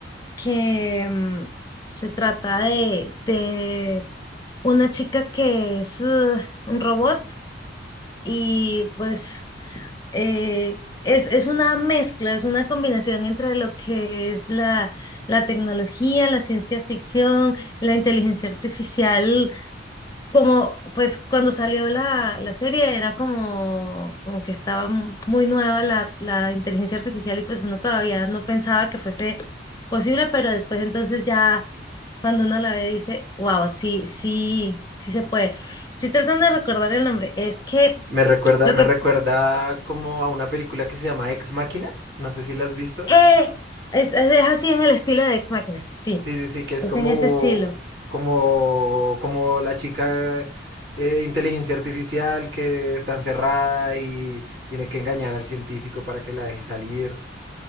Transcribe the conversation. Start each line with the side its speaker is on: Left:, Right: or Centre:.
Left: que mm, se trata de, de una chica que es uh, un robot y pues eh, es, es una mezcla, es una combinación entre lo que es la, la tecnología, la ciencia ficción, la inteligencia artificial como, pues cuando salió la, la serie era como, como que estaba mu- muy nueva la, la inteligencia artificial y pues uno todavía no pensaba que fuese posible, pero después entonces ya cuando uno la ve dice, wow, sí, sí, sí se puede. Estoy tratando de recordar el nombre, es que
Right: me recuerda,
Left: lo
Right: me
Left: que...
Right: recuerda como a una película que se llama Ex Máquina. No sé si la has visto.
Left: ¡Eh! Es, es, es así en el estilo de Ex Machina, sí,
Right: Sí, sí, sí, que es
Left: es
Right: como,
Left: en ese estilo.
Right: como, como la chica eh, inteligencia artificial que está encerrada y tiene que engañar al científico para que la deje salir.